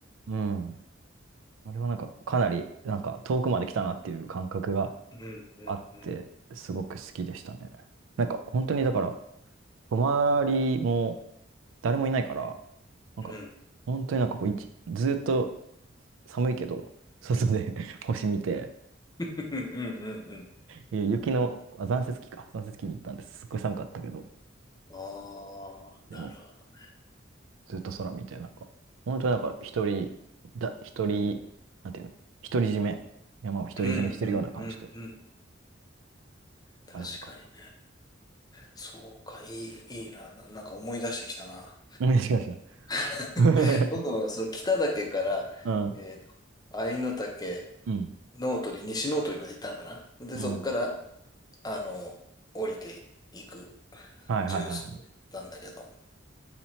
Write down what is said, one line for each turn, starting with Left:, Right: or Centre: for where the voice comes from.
Right: うん。あれはなんかかなり、なんか遠くまで来たなっていう感覚が
Left: うん、うん、
Right: あって、
Left: うん、
Right: すごく好きでしたね。なんか本当にだから、泊まりも、誰もいないから、なんか、
Left: うん、うん、
Right: 本当になんかこう、一ずーっと寒いけど、外で <laughs> 星見て、
Left: うん、うん。うん
Right: いや雪の、あ、残雪期か、残雪期に行ったんです。すっごい寒かったけど、
Left: ああ、
Right: でも、
Left: なるほど。
Right: ずっと空見て、なんか、本当になんか一人、だ、一人、なんていうの、独り占め、山を独り占めしてるような感じで、
Left: うんうんうんうん。確かにね。
Right: あれはよかった。
Left: そうか、いい、いいな。な、なんか思い出してきたな。
Right: うん、しかし。
Left: <laughs>
Right: <laughs>
Left: 僕はその北岳から、
Right: うん、
Left: えーと、愛の岳、
Right: うん、
Left: ノートリ、西ノートリまで行ったのかな。で、
Right: うん。
Left: そこから、あの、降りていく
Right: はいはいはいはい。
Left: ジュースだったんだけど、